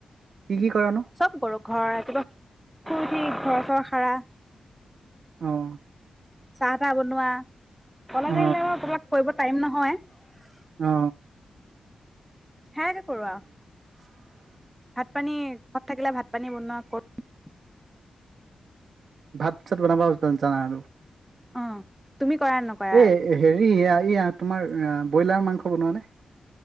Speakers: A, on the right; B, in the centre.
A: কি কি কৰানো
B: চব কৰো ঘৰৰ একেবাৰে উঠি ঘ ঘৰ সৰা
A: আহ
B: চাহা তাহ বনোৱা কললে
A: অ
B: আহিলে বাৰ তোলাক কৰিব টাইম নহয় <unintelligible> হয়
A: অ
B: হে কৰোৱা
A: উ
B: ভাত পানী থাকিলে ভাত পানী বনোৱা কৰো
A: ভাত চাত বনাব জানিছা নাই আৰু
B: অ তুমি কৰা নকৰা
A: এ হেৰি ইয়া ইয়া তোমাৰ ব্ৰইলাৰ মাংস বনোৱা নে?